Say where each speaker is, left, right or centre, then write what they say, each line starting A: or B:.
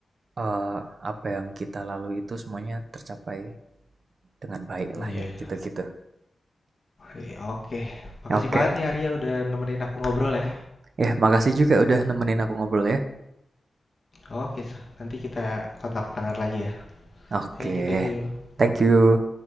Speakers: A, on the right; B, on the left.
A: eh, apa yang kita lalui itu semuanya tercapai dengan baik
B: Hmm,
A: lah
B: Iya.
A: ya, gitu-gitu.
B: Iya, oke. Makasih
A: Ya, Oke,
B: banget nih Arya udah nemenin aku ngobrol ya.
A: ya makasih juga udah nemenin aku ngobrol ya.
B: Oke, so nanti kita kontak-kontakan lagi ya.
A: Oke,
B: Thank you, thank you.
A: thank you.